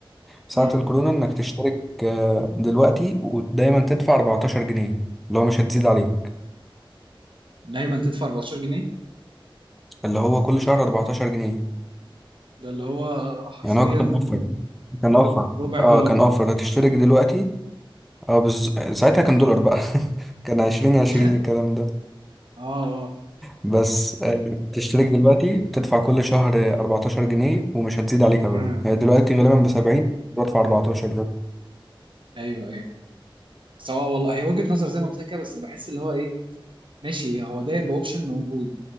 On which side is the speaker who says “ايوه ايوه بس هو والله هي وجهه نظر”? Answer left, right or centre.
Right